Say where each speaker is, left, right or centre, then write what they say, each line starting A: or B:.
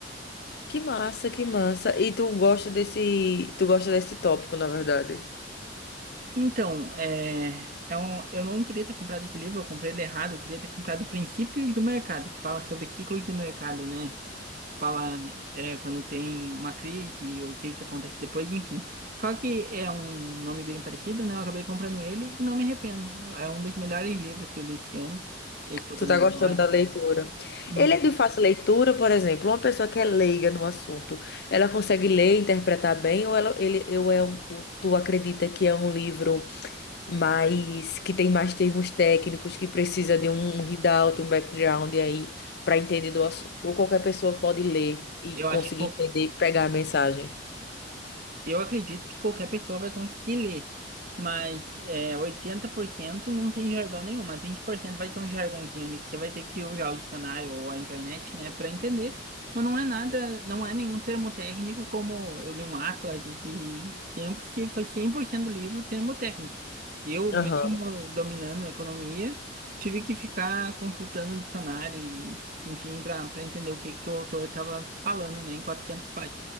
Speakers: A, on the left; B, on the right.
A: Que massa, que massa. E tu gosta desse, tu gosta desse tópico, na verdade.
B: Então, é, é um, eu não queria ter comprado esse livro, eu comprei ele errado, eu queria ter comprado Princípios do Mercado, que fala sobre ciclos do mercado, né? Fala é, quando tem uma crise, o que que acontece depois, enfim. Só que é um nome bem parecido, né? Eu acabei comprando ele e não me arrependo. É um dos melhores livros que eu li esse ano, esse que eu
A: Tu
B: tô
A: tá
B: lendo
A: gostando
B: agora.
A: da leitura.
B: Muito
A: Ele é
B: bom.
A: de fácil leitura, por exemplo, uma pessoa que é leiga no assunto, ela consegue ler, e interpretar bem, ou ela, ele, eu é um, tu acredita que é um livro mais, que tem mais termos técnicos, que precisa de um readout, um background aí para entender do assunto, ou qualquer pessoa pode ler e
B: Eu
A: conseguir
B: acho que
A: entender, pegar a mensagem.
B: Eu acredito que qualquer pessoa vai conseguir ler, mas é, 80% não tem jargão nenhum, mas 20% vai ter um jargãozinho ali que você vai ter que usar o dicionário ou a internet, né, para entender. Mas não é nada, não é nenhum termo técnico como eu li um Atlas esses tempos que foi 100% do livro termo técnico. Eu,
A: Aham.
B: mesmo dominando a economia, tive que ficar consultando o dicionário e, enfim, para para entender o que, que o autor estava falando, né, em 400